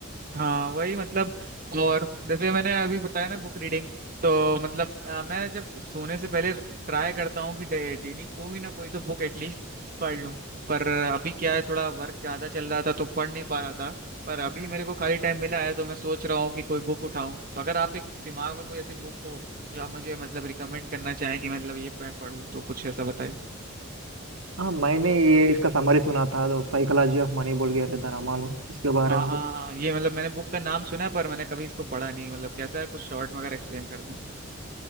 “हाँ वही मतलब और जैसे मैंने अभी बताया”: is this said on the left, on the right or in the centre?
Right